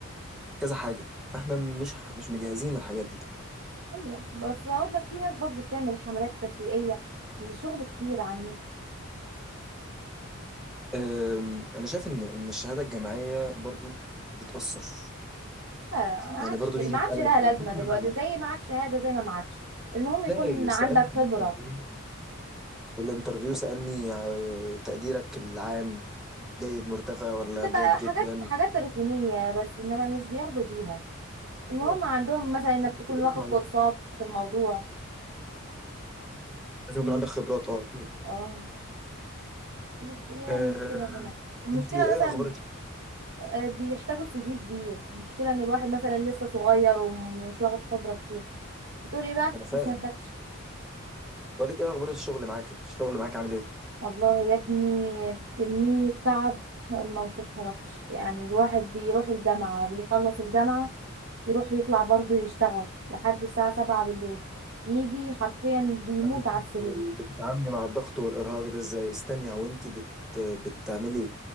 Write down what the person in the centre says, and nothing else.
كذا حاجة فاحنا مش ح- مش مجهزين الحاجات دي
أم، انا شايف ان ان الشهادة الجامعية برضو بتأثر
يعني برضو
بيجي يسألك
على
فكرة
لا لا
ازاي
سألني
في الانترفيو في الانترفيو سألني آه، تقديرك العام جيد مرتفع ولا
جيد جدا
اه
تبعات
معينة
لازم
يكون عندك خبرات اه اكيد
آه،
انت ايه
اخبار الشغل
ما انا فاهم
بقول لك ايه اخبار الشغل معاك إيه؟ الشغل معاك عامل ايه
يعني
انت
بتتعاملي مع الضغط والارهاق ده ازاي استني هو انت بت بتعملي